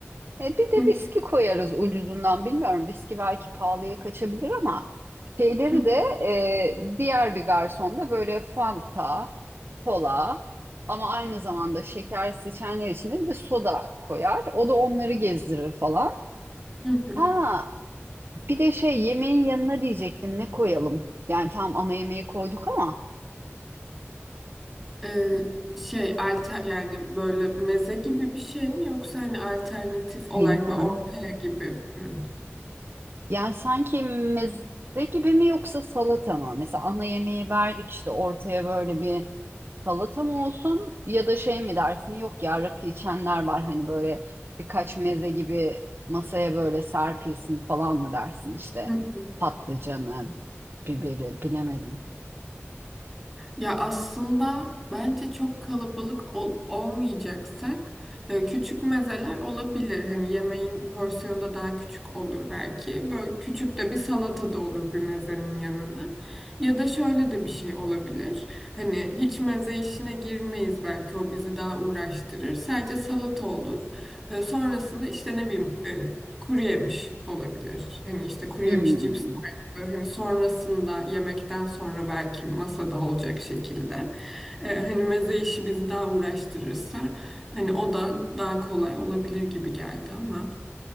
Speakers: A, on the right (about 50°); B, in the centre.
A: E, bir de
B: hı
A: viski koyarız ucuzundan bilmiyorum. Viski belki pahalıya kaçabilir ama şeyleri
B: hı,
A: de e, diğer bir garsonda böyle Fanta, kola ama aynı zamanda şekersiz içenler için de bir de soda koyar. O da onları gezdirir falan.
B: hı hı.
A: Ha, bir de şey yemeğin yanına diyecektim ne koyalım? Yani tam ana yemeği koyduk ama
B: Ee, şey alter yani böyle meze gibi bir şey mi yoksa hani alternatif olarak
A: bilmem.
B: böyle ortaya gibi mi?
A: Yani sanki meze gibi mi yoksa salata mı? Mesela ana yemeği verdik işte ortaya böyle bir salata mı olsun ya da şey mi dersin? Yok ya rakı içenler var hani böyle birkaç meze gibi masaya böyle serpilsin falan mı dersin işte
B: Hı hı.
A: patlıcanı, biberi bilemedim.
B: Ya aslında bence çok kalabalık ol- olmayacaksak e, küçük mezeler olabilir. Hani yemeğin porsiyonu da daha küçük olur belki. Böyle küçük de bir salata da olur bir mezenin yanına. Ya da şöyle de bir şey olabilir. Hani hiç meze işine girmeyiz belki o bizi daha uğraştırır. Sadece salata olur. E, sonrasında işte ne bileyim e, kuru yemiş olabilir. Hani işte kuru
A: Hmm.
B: yemiş ee, hani sonrasında yemekten sonra belki masada olacak şekilde. Ee, hani meze işi bizi daha uğraştırırsa hani o da daha kolay olabilir gibi geldi ama.